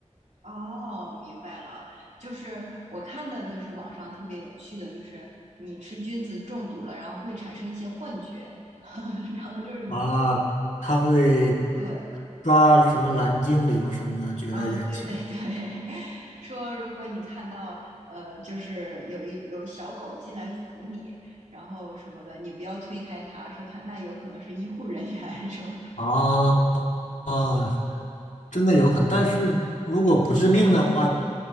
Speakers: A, on the right; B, on the left.
A: 哦，明白了，就是我看的，就是网上特别有趣的，就是你吃菌子中毒了，然后会产生一些幻觉，<laughs> 然后就是你
B: 啊，它会
A: 对
B: 抓什么蓝精灵什么的，觉得眼前
A: 啊，对对对，<laughs> 说如果你看到呃，就是有一有小狗进来扶你，然后什么的，你不要推开它，说它那有可能是医护人员 <laughs> 什么的。
B: 啊啊，真的有可能，但是如果不致命的话，